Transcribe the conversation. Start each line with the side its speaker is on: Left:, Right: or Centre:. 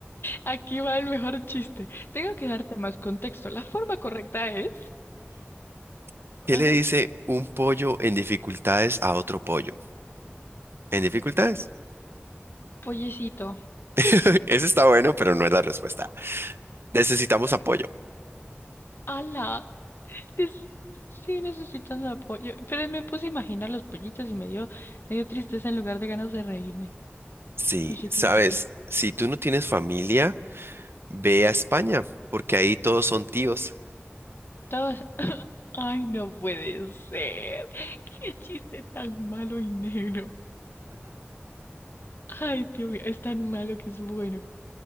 Left: Aquí va el mejor chiste. Tengo que darte más contexto. La forma correcta es...
Right: <laughs> ¿qué
Left: Ajá.
Right: le dice un pollo en dificultades a otro pollo? ¿En dificultades?
Left: Pollecito.
Right: <laughs> Ese está bueno, pero no es la respuesta. Necesitamos apoyo.
Left: Ala. Es- Sí, necesitas apoyo. Pero me puse a imaginar los pollitos y me dio, me dio tristeza en lugar de ganas de reírme.
Right: Sí,
Left: Pollitos,
Right: sabes, si tú no tienes familia, ve a España, porque ahí todos son tíos.
Left: pollitos. Ay, no puede ser. Qué chiste tan malo y negro. Ay, tío mío, es tan malo que es bueno.